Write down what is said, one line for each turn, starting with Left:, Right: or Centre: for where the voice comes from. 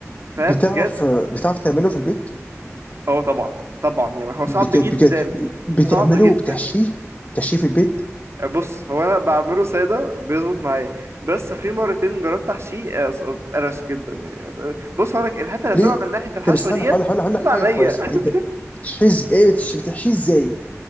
Right: فبجد
Left: بتعرف بتعرف تعمله في البيت
Right: اه طبعا طبعا يعني هو صعب
Left: بك...
Right: جدا
Left: بك... بتعمله
Right: صعب جدا
Left: وبتحشيه بتحشيه في البيت
Right: بص هو انا بعمله ساده بيظبط معايا بس في مرتين جربت احشيه آه، اتقرش جدا يعني بص هقولك الحته اللي
Left: ليه؟
Right: طلع من ناحيه الحشوه
Left: طب استنى
Right: ديت
Left: هقول هقول هقول
Right: تطلع
Left: لك حاجه
Right: نية
Left: كويسه انت
Right: <laughs>
Left: بتحشيه إز- ايه بتحشيه بتحشيه ازاي؟